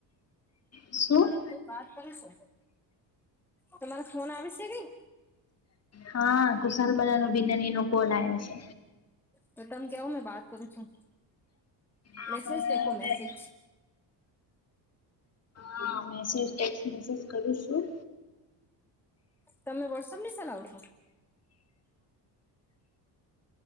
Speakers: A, on the left; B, in the centre.
A: શું?
B: કોઈક વાત કરેશે તમારો ફોન આવેશે કઈ?
A: હા ખુશાલ બલાનો બિનનીનો કોલ આવે શે.
B: તો તમ કેવ મેં બાત કરું છું
A: આપણે
B: મેસેજ દેખો મેસેજ.
A: હા મેસેજ ટેક્સ મેસેજ કરું છું.
B: તમે વોટ્સપ ની સલાવ છો?